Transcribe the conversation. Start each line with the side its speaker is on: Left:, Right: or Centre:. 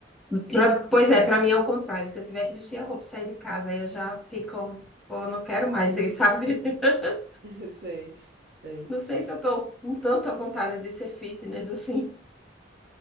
Centre: pra- pois é, pra mim é o contrário. Se eu tiver que vestir a roupa e sair de casa, aí eu já fico, pô, não quero mais, e sabe? <laughs>
Right: <laughs> Sei, sei.
Centre: Não sei se eu tô com tanta vontade de ser fitness assim.